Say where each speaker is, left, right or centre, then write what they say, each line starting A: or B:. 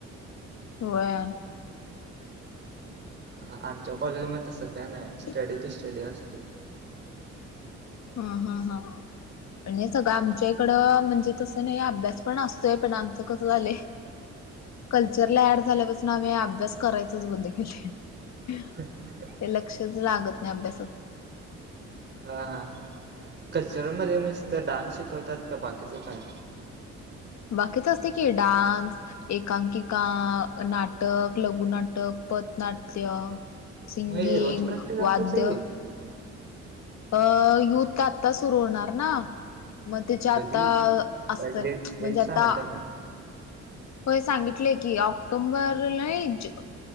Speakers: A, on the left (about 60°); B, on the right (about 35°).
A: व्हय.
B: ह आमच्या कॉलेज म तसं काय नाही
A: हा.
B: स्टडी टू स्टडी असतो
A: हा हा हा. पण हे सगळं आमच्या इकडं म्हणजे तसं नाही अभ्यास पण असतोय पण आमचं कसं झालंय.
B: <inaudible>
A: कल्चरला ऍड झाल्यापासून आम्ही अभ्यास करायचच बंद केलंय.
B: <unintelligible>
A: ते लक्षच लागत नाही अभ्यासात
B: हा हा कल्चरल मध्ये निस्त तर डान्स शिकवतात का बाकीचं काय
A: बाकीच असते की डान्स एकांकिका. नाटक लघु नाटक पथनाट्य. सिंगिंग
B: मग हे रोज प्रॅक्टिस असते
A: वाद्य.
B: सगळी?
A: अ युथ तर आत्ता सुरू होणार ना? म त्याची आत्ता
B: कधी?
A: अ असतं
B: काय डेट
A: म्हणजे
B: डेट सांगितला
A: आता.
B: का?
A: होय सांगितलेय की ऑक्टोंबर लय ज